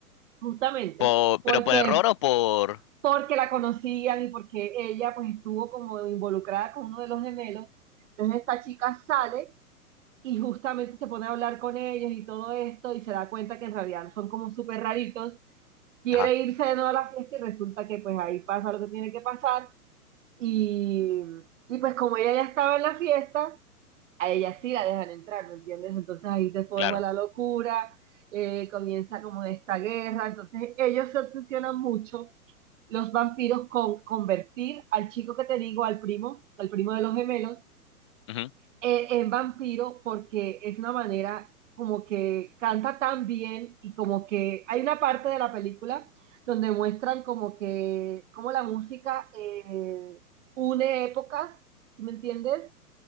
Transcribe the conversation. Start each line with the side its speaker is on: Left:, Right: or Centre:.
Right: justamente,
Left: Po-
Right: porque,
Left: pero por error o por...
Right: porque la conocían y porque ella pues estuvo como involucrada con uno de los gemelos, entonces esta chica sale y justamente se pone a hablar con ellos y todo esto y se da cuenta que en realidad son como súper raritos, quiere
Left: Ajá,
Right: irse de nuevo a la fiesta y resulta que pues ahí pasa lo que tiene que pasar y, y pues como ella ya estaba en la fiesta, a ella sí la dejan entrar, ¿me entiendes? Entonces ahí se forma
Left: claro.
Right: la locura, eh, comienza como esta guerra, entonces ellos se obsesionan mucho los vampiros con convertir al chico que te digo, al primo, al primo de los gemelos,
Left: ujú,
Right: eh, en Vampiro porque es una manera como que canta tan bien y como que hay una parte de la película donde muestran como que, como la música eh, une épocas, ¿me entiendes?